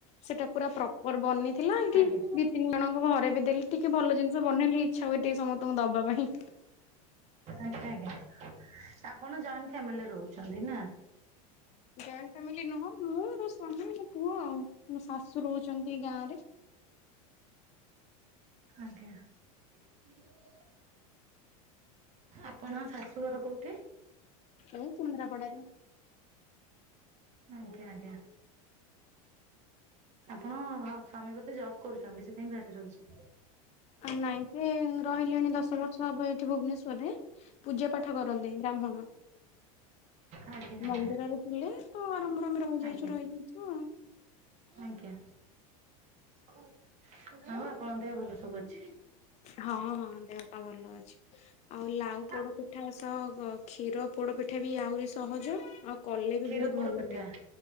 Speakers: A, on the left; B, on the right.
A: ସେଇଟା ପୁରା ପ୍ରପୋର ବନିଥିଲା। ଏଇଠି
B: ଆଚ୍ଛା ଆଜ୍ଞା
A: ଦି ତିନି ଜଣଙ୍କ ଘରେ ବି ଦେଲି। ଟିକେ ଭଲ ଯ ଜିନିଷ ବନେଇଲେ ଇଚ୍ଛା ହୁଏ ଟିକେ ସମସ୍ତଙ୍କୁ ଦବା ପାଇଁ।
B: ଆଜ୍ଞା। ଆଜ୍ଞା। ଆପଣ ଜଏଣ୍ଟ ଫ୍ୟାମିଲି ରହୁଛନ୍ତି ନା?
A: ଜଏଣ୍ଟ ଫାମିଲି ନୁହଁ। ମୁଁ ମୋ ସ୍ଵାମୀ, ମୋ ପୁଅ ଆଉ ମୋ ଶାଶୁ ରହୁଛନ୍ତି ଗାଁ ରେ।
B: ଆଜ୍ଞା। <unintelligible> ଆପଣଙ୍କ ଶାଶୁଘର କୋଉଠି?
A: ଏଇ କେନ୍ଦ୍ରାପଡାରେ।
B: ଆଜ୍ଞା। ଆଜ୍ଞା। ଆପଣ ସ୍ୱାମୀ ବୋଧେ ଜବ୍ କରୁଛନ୍ତି। ସେଥିପାଇଁ ବାହାରେ ରହିଛନ୍ତି।
A: ଆ ନାଇଁ ସେ ରହିଲେଣି ଦଶ ବର୍ଷ ହବ ଏଠି ଭୁବନେଶ୍ଵରରେ। ପୂଜା ପାଠ କରନ୍ତି। ବ୍ରାହ୍ମଣ।
B: ଆଜ୍ଞା ଆଜ୍ଞା
A: ମନ୍ଦିରରେ ଥିଲେ। ତ ଆରମ୍ଭରୁ ଆମେ ରହିଯାଇଛୁ,
B: ଆଜ୍ଞା।
A: ରହିଯାଇଛୁ ଆଉ।
B: ଆଜ୍ଞା। ଆଉ ଆପଣଙ୍କ ଦେହ ଭଲ ସବୁ ଅଛି।
A: ହଁ ହଁ ଦେହପା ସବୁ ଭଲ ଅଛି। ଆଉ ଲାଉ ପୋଡ
B: ଆ
A: ପିଠା ସହ କ୍ଷୀର ପୋଡ ପିଠା ବି ଆହୁରି ସହଜ। ଆଉ କଲେ ବି
B: କ୍ଷୀର
A: ବହୁତ
B: ପୋଡ
A: ଭଲ ଲାଗେ।
B: ପିଠା